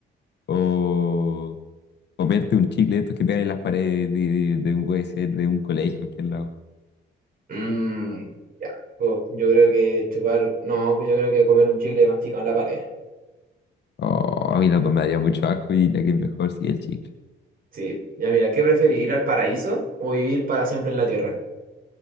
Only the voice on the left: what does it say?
O. comerte un chicle de estos que pegan en las paredes de, de un puede ser de un colegio, cualquier lado.
Oh, a mí la me daría mucho asco y diría que es mejor si el chicle.